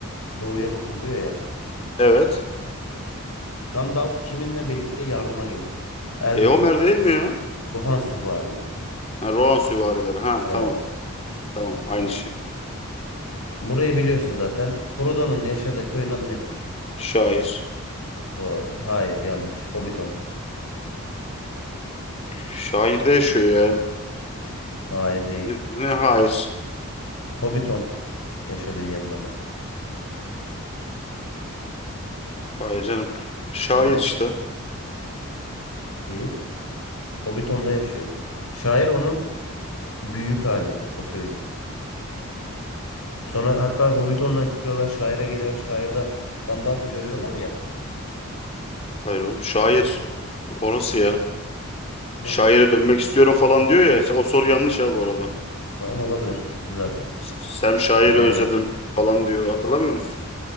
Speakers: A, on the left; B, on the left.
A: doğuya bakın diyor ya.
B: Evet.
A: Gandalf kiminle birlikte yardıma gelir? Elrond,
B: E Homer değil mi ya?
A: Rohan süvarileri.
B: Ha, Rohan süvarileri. Ha
A: Evet.
B: tamam. Tamam. Aynı şey.
A: Burayı biliyorsun zaten. Frodo'nun yaşadığı köyün adı nedir?
B: Şair.
A: Doğru. Hayır, yanlış. Hobbiton.
B: Şair de yaşıyor ya.
A: Hayır değil.
B: Ne ne hayır.
A: Hobbiton yaşadığı yerin adı.
B: Hayır canım. Şair
A: Evet.
B: işte.
A: Değil. Hobbiton'da yaşıyor. Şair onun büyük hali o köyün. Sonra hatta Hobbiton'dan çıkıyorlar, şaire geliyorlar. Şairde Gandalf'ı görüyorlar ya.
B: Hayır oğlum. Şair orası ya.
A: Neyse.
B: Şaire dönmek istiyorum falan diyor ya. O soru yanlış
A: Hmm,
B: ha bu arada.
A: Tamam olabilir. Düzeltiriz.
B: Sam şairi
A: Ee,
B: özledim falan diyor. Hatırlamıyor musun?